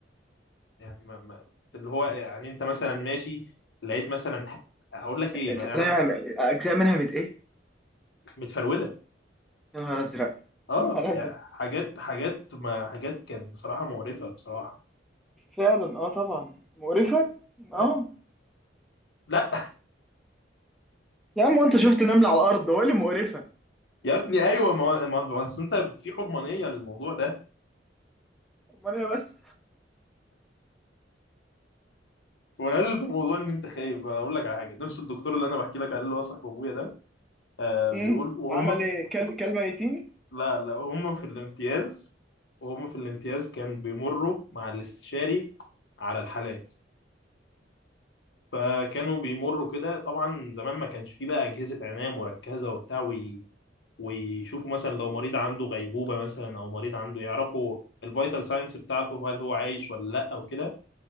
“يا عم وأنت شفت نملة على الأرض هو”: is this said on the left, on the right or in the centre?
Centre